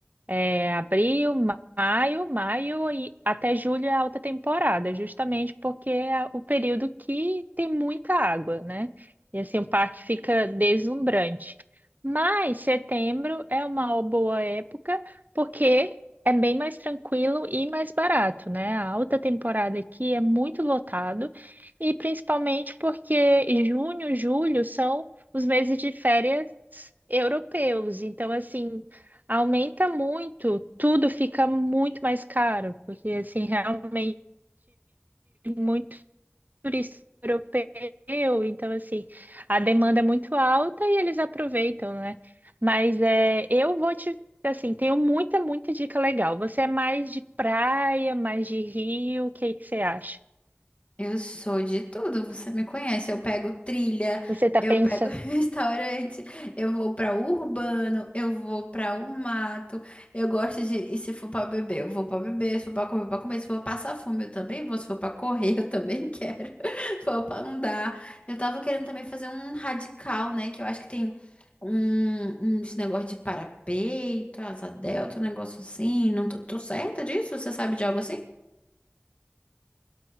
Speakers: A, on the right; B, on the left.
A: é, abril, maio, maio e até julho é alta temporada, justamente porque é o período que tem muita água, né? E assim, o parque fica deslumbrante. Mas setembro é uma boa época porque é bem mais tranquilo e mais barato, né? A alta temporada aqui é muito lotado e principalmente porque junho, julho são os meses de férias europeus. Então, assim, Aumenta muito, tudo fica muito mais caro, porque assim, realmente muito turista europeu, então assim, a demanda é muito alta e eles aproveitam, né? Mas é, eu vou te, assim, tenho muita, muita dica legal. Você é mais de praia, mais de rio, o que que você acha?
B: Eu sou de tudo, você me conhece. Eu pego trilha,
A: Você tá
B: eu
A: pensando?
B: pego <laughs> restaurante, eu vou pra urbano, eu vou pra o mato. Eu gosto de, e se for pra beber, eu vou pra beber, se for pra comer, eu vou pra comer, se for pra passar fome, eu também vou, se for pra correr, <laughs> eu também quero. <laughs> Se for pra andar. Eu tava querendo também fazer um radical, né, que eu acho que tem um uns negócio de parapeito, asa delta, um negócio assim. Não tô, tô certa disso? Você sabe de algo assim?